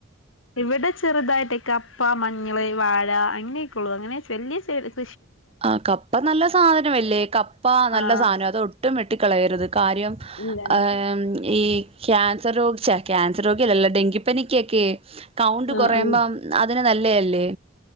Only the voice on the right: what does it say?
ആഹ് കപ്പ നല്ല സാധനവല്ലേ കപ്പ നല്ല
സാനാ അത് ഒട്ടും വെട്ടി കളയരുത് കാര്യം
ആം ഈ ക്യാൻസർ രോ ഛേ ക്യാൻസർ രോഗി ലല്ലാ ഡെങ്കിപ്പനിക്ക്യക്കേ കൗണ്ട്
കൊറയുമ്പോ
അതിന് നല്ലേയല്ലേ